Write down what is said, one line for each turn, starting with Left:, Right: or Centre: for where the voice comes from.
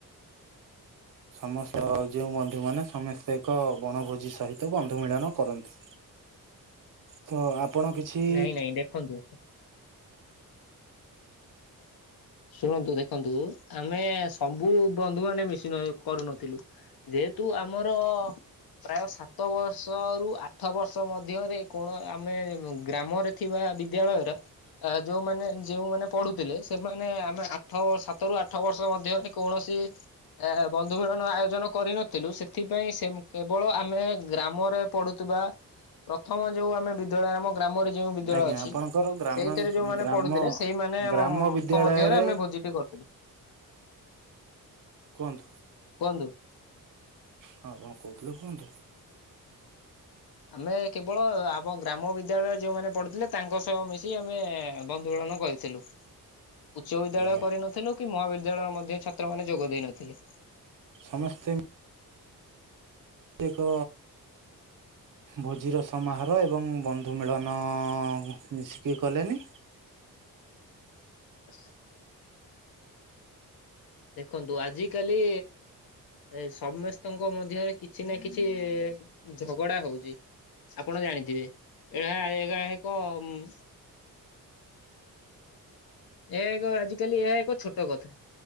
Right: ସମସ୍ତ ଯେଉଁ ବନ୍ଧୁମାନେ ସମସ୍ତେ ଏକ ବଣଭୋଜି ସହିତ ବନ୍ଧୁ ମିଳନ କରନ୍ତି।
Left: <inaudible>
Right: ତ ଆପଣ କିଛି
Left: ନାଇଁ ନାଇଁ ଦେଖନ୍ତୁ ଶୁଣନ୍ତୁ ଦେଖନ୍ତୁ ଆମେ ସବୁ ବନ୍ଧୁମାନେ ମିଶି ନ କରୁନଥିଲୁ। ଯେହେତୁ ଆମର ପ୍ରାୟ ସାତ ବର୍ଷ ରୁ ଆଠ ବର୍ଷ ମଧ୍ୟରେ କୌଣ ଆମେ ଗ୍ରାମରେ ଥିବା ବିଦ୍ୟାଳୟର ଆ ଯୋଉମାନେ ଯେଉଁମାନେ ପଢୁଥିଲେ ସେ ମାନେ ଆମେ ଆଠ ବର୍ଷ ସାତରୁୁ ଆଠ ବର୍ଷ ମଧ୍ୟରେ କୌଣସି ଏ ବନ୍ଧୁ ମିଳନ ଆୟୋଜନ କରିନଥିଲୁ ସେଥିପାଇଁ ସେ କେବଳ ଆମେ ଗ୍ରାମରେ ପଢୁଥିବା ପ୍ରଥମ ଯୋଉ ଆମେ ବିଦ୍ୟାଳୟରେ ଆମ ଗ୍ରାମରେ ଯେଉଁ ବିଦ୍ୟାଳୟ
Right: ଆଜ୍ଞା
Left: ଅଛି
Right: ଆପଣଙ୍କର ଗ୍ରାମା
Left: ସେଇଥିରେ ଯୋଉମାନେ
Right: ଗ୍ରାମ
Left: ପଢୁଥିଲେ ସେଇମାନେ
Right: ଗ୍ରାମ
Left: ମ-ମ
Right: ବିଦ୍ୟାଳୟରେ
Left: ଙ୍କ ମଧ୍ୟରେ ଆମେ ଭୋଜିଟେ କରିଥିଲୁ।
Right: କୁହନ୍ତୁ।
Left: କୁହନ୍ତୁ।
Right: ହଁ ଆପଣ କହୁଥିଲେ କୁହନ୍ତୁ।
Left: ଆମେ କେବଳ ଆମ ଗ୍ରାମ ବିଦ୍ୟାଳୟରେ ଯେଉଁମାନେ ପଢୁଥିଲେ ତାଙ୍କ ସହ ମିଶି ଆମେ ବନ୍ଧୁ ମିଳନ କହିଥିଲୁ ଉଚ୍ଚ ବିଦ୍ୟାଳୟ
Right: ଆଜ୍ଞା
Left: କରିନଥିଲୁ କି ମହାବିଦ୍ୟାଳୟର ମଧ୍ୟ ଛାତ୍ରମାନେ ଯୋଗ ଦେଇ ନଥିଲେ
Right: ସମସ୍ତେ ତେକ ଭୋଜିର ସମାହାର ର ଏବଂ ବନ୍ଧୁ ମିଳନ ମିଶିକି କଲେନି
Left: ହ ଦେଖନ୍ତୁ ଆଜିିକାଲି ଏ ସମସ୍ତେଙ୍କ ମଧ୍ୟରେ କିଛି ନା କିଛି ଝଗଡା ହଉଛି ଆପଣ ଜାଣିଥିବେ ଏଆ ଏଗା ଏକ ମ-ମ ଏହା ଏକ ଆଜିକାଲି ଏହା ଏକ ଛୋଟ କଥା